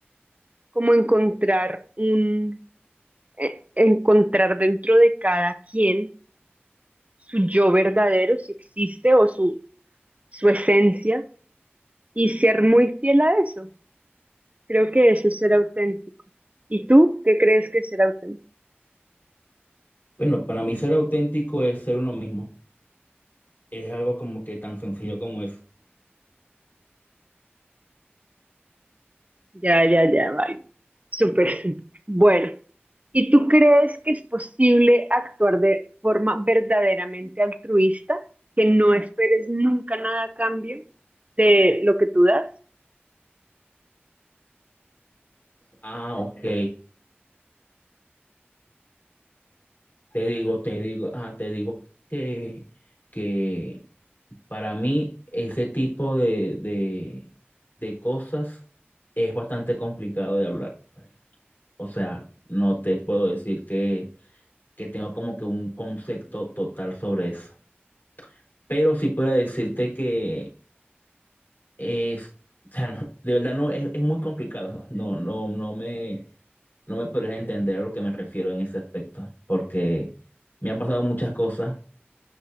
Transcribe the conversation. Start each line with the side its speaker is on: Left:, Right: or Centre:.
Right: como encontrar un, eh, encontrar dentro de cada quien. su yo verdadero, si existe, o su, su esencia, y ser muy fiel a eso. Creo que eso es ser auténtico. ¿Y tú qué crees que es ser auténtico?
Left: Bueno, para mí ser auténtico es ser uno mismo. Es algo como que tan sencillo como eso.
Right: Ya, ya, ya, vale. Súper, súper. Bueno, ¿y tú crees que es posible actuar de forma verdaderamente altruista, que no esperes nunca nada a cambio de lo que tú das?
Left: Ah, ok. Te digo, te digo, ah, te digo que, que para mí ese tipo de, de, de cosas es bastante complicado de hablar. O sea, no te puedo decir que, que tengo como que un concepto total sobre eso. Pero sí puedo decirte que Es, o sea, no- de verdad no es, es muy complicado. No, no, no me, no me podrías entender a lo que me refiero en ese aspecto, porque me ha pasado muchas cosas